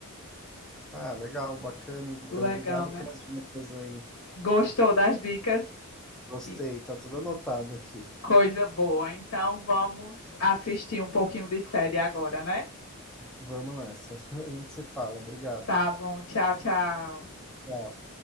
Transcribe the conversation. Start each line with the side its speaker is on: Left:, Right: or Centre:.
Centre: Ah, legal, bacana. Então,
Left: legal,
Centre: obrigado
Left: né?
Centre: pelas dicas aí.
Left: Gostou das dicas?
Centre: Gostei,
Left: E
Centre: tá tudo anotado aqui.
Left: coisa boa. Então, vamos assistir um pouquinho de série agora, né?
Centre: Vamos nessa. <laughs> A gente se fala. Obrigado.
Left: Tá bom, tchau, tchau.
Centre: Tchau.